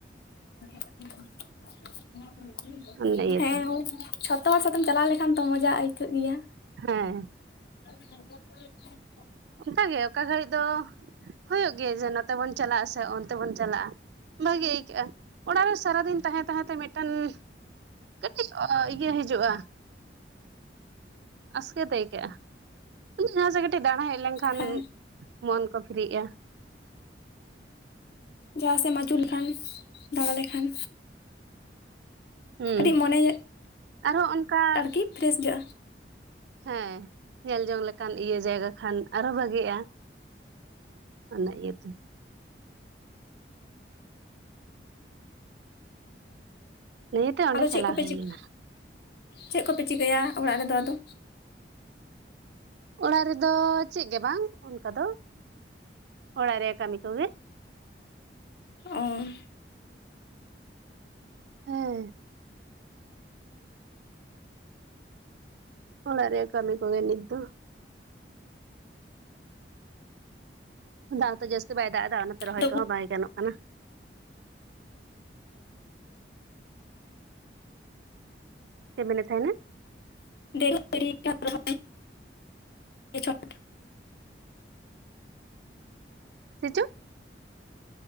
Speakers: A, on the left (about 60°); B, on the right (about 70°).
A: <inaudible>
B: ᱚᱱᱟ ᱤᱭᱟᱹᱛᱮ
A: ᱦᱮᱸ ᱡᱷᱚᱛᱚ ᱦᱚᱲ ᱥᱟᱛᱮᱢ ᱪᱟᱞᱟᱣ ᱞᱮᱠᱷᱟᱱ ᱛᱚ ᱢᱚᱡᱟ ᱟᱹᱠᱟᱹᱜ ᱜᱮᱭᱟ
B: ᱦᱮᱸᱻ
A: ᱟᱪᱪᱷᱟ
B: ᱚᱱᱠᱟᱜᱮ ᱚᱠᱟ ᱜᱷᱟᱹᱲᱤᱡ ᱫᱚ ᱦᱩᱭᱩᱜ ᱜᱮ ᱡᱮ ᱱᱚᱛᱮ ᱵᱚᱱ ᱪᱟᱞᱟᱜ ᱟ ᱥᱮ ᱚᱱᱛᱮ ᱵᱚᱱ ᱪᱟᱞᱟᱜᱼᱟ ᱵᱷᱟᱹᱜᱤ ᱟᱹᱭᱠᱟᱹᱜᱼᱟ ᱚᱲᱟᱜ ᱨᱮ ᱥᱟᱨᱟᱫᱤᱱ ᱛᱟᱦᱮᱸ ᱛᱟᱦᱮᱸ ᱛᱮ ᱢᱤᱫᱴᱟᱝ ᱠᱟᱹᱴᱤᱡ ᱤᱭᱟᱹ ᱦᱤᱡᱩᱜᱼᱟ ᱟᱥᱠᱟᱹᱛᱮ ᱟᱹᱭᱠᱟᱹᱜᱼᱟ ᱡᱟᱦᱟᱸᱥᱮᱫ ᱠᱟᱹᱴᱤᱡ ᱫᱟᱬᱟ ᱦᱮᱡ ᱞᱮᱱᱠᱷᱟᱱ
A: ᱦᱮᱸ
B: ᱢᱚᱱ ᱠᱚ ᱯᱷᱨᱤᱜᱼᱟ
A: ᱡᱟᱦᱟᱸ ᱥᱮᱫ ᱮᱢ ᱟᱹᱪᱩ ᱞᱮᱠᱷᱟᱱ ᱫᱟᱬᱟ ᱞᱮᱠᱷᱟᱱ
B: ᱦᱩᱸ
A: ᱠᱟᱹᱴᱤᱡ ᱢᱚᱱᱮ
B: ᱟᱨᱦᱚᱸ ᱚᱱᱠᱟ
A: ᱟᱨᱠᱤ ᱯᱷᱨᱮᱥ ᱜᱮᱚᱜᱼᱟ
B: ᱦᱮᱸ ᱧᱮᱞ ᱡᱚᱝ ᱞᱮᱠᱟᱱ ᱤᱭᱟᱹ ᱡᱟᱭᱜᱟ ᱠᱷᱟᱱ ᱟᱨᱦᱚᱸ ᱵᱷᱟᱜᱤᱜᱼᱟ। ᱚᱱᱟ ᱤᱭᱟᱹᱛᱮ ᱱᱤᱭᱟᱹᱛᱮ ᱚᱸᱰᱮ
A: ᱟᱫᱚ ᱪᱮᱫ
B: ᱪᱟᱞᱟᱣ
A: ᱠᱚᱯᱮ
B: ᱦᱩᱭ
A: ᱪᱤᱠᱟᱹ
B: ᱞᱮᱱᱟ
A: ᱪᱮᱫ ᱠᱚᱯᱮ ᱪᱤᱠᱟᱹᱭᱟ ᱚᱲᱟᱜ ᱨᱮᱫᱚ ᱟᱫᱚ
B: ᱚᱲᱟᱜ ᱨᱮᱫᱚ ᱪᱮᱫ ᱜᱮ ᱵᱟᱝ ᱚᱱᱠᱟ ᱫᱚ ᱚᱲᱟᱜ ᱨᱮᱭᱟᱜ ᱠᱟᱹᱢᱤ ᱠᱚᱜᱮ
A: ᱚᱻ
B: ᱦᱮᱸᱻ ᱚᱲᱟᱜ ᱨᱮᱭᱟᱜ ᱠᱟᱹᱢᱤ ᱠᱚᱜᱮ ᱱᱤᱛ ᱫᱚ ᱫᱟᱜ ᱫᱚᱚᱡᱟᱹᱥᱛᱤ ᱵᱟᱭ ᱫᱟᱜ ᱮᱫᱟ ᱚᱱᱟᱛᱮ ᱨᱚᱦᱚᱭ
A: ᱟᱫᱚ
B: ᱠᱚᱦᱚᱸ ᱵᱟᱭ ᱜᱟᱱᱚᱜ ᱠᱟᱱᱟ ᱪᱮᱫ ᱢᱮᱱᱮᱫ ᱛᱟᱦᱮᱱᱟ
A: ᱫᱠᱟ <unintelligible> ᱪᱷᱚᱴ
B: ᱥᱮ ᱪᱚ